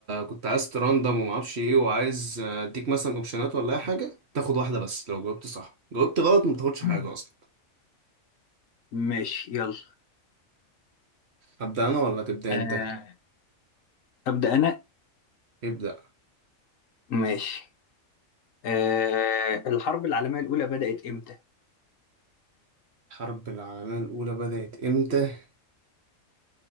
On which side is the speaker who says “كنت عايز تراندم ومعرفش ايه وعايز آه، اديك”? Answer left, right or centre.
Right